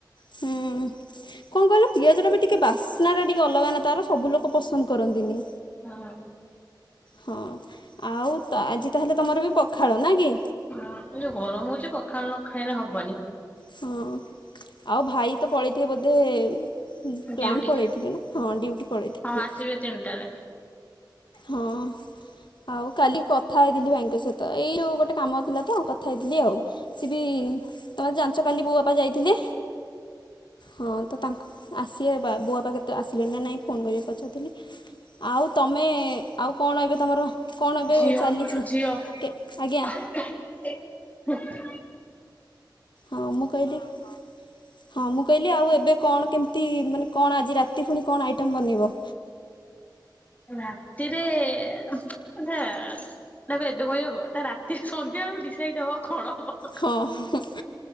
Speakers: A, on the left (about 70°); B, on the left (about 20°).
A: ହୁଁ। କଣ କହିଲ ପିଆଜ ଟା ବି ଟିକେ ବାସ୍ନା ଟା ଟିକେ ଅଲଗା ନା ତାର ସବୁ ଲୋକ ପସନ୍ଦ କରନ୍ତିନି।
B: ହଁ।
A: ହଁ ଆଉ ତା ଆଜି ତାହେଲେ ତମର ବି ପଖାଳ ନା କି
B: ହଁ ଏ ଯୋଉ ଗରମ ହଉଛି ପଖାଳ ନଖାଇଲେ ହବନି।
A: ହଁ ଆଉ ଭାଇ ତ ପଳେଇଥିବେ ବୋଧେ ଉଁ ପ୍ଲାଣ୍ଟ
B: ଡ୍ୟୁଟି।
A: ପଳେଇଥିବେ ନା ହଁ ଡୁଟି ପଳେଇଥିବେ
B: ହଁ ଆସିବେ ତିନିଟାରେ
A: ହଁ। ଆଉ କାଲି କଥା ହେଇଥିଲି ଭାଇଙ୍କ ସହିତ ଏଇ ଯୋଉ ଗୋଟେ କାମ ଥିଲା ତ ଆଉ କଥା ହେଇଥିଲି ଆଉ। ସି ବି ତମେ ତ ଯାଞ୍ଚ କାଲି ବୋଉ ବାପା ଯାଇଥିଲେ? ହଁ ତ ତାଙ୍କୁ ଆସିବେ ବା ବୋଉ ବାପା କେ ତ ଆସିଲେନା ନାଇଁ ଫୋନ୍ କରି ପଚାରୁଥିଲି ଆଉ ତୁମେ ଆଉ ଖାଇବେ ତମର କଣ ଏବେ
B: ଝିଅ
A: ଚାଲିଛି
B: ଝିଅ
A: ଆଜ୍ଞା।
B: <unintelligible>
A: ହଁ ମୁଁ କହିଲି ହଁ ହଁ। ହଁ ମୁଁ କହିଲି ଆଉ ଏବେ କଣ କେମିତି ମାନେ କଣ ଆଜି ରାତି ପୁଣି କଣ ଆଇଟମ ବନେଇବ?
B: ରାତିରେ ହୁଁ ଏଟା ଏଟା କଣ ଏବେ କହିହବ ଏଟା ରା ଏ ସନ୍ଧ୍ୟାବେଳୁ ଡିସାଇଟ କଣ ହବ ହୁଁ।
A: ହଁ ହୁଁ ହୁଁ।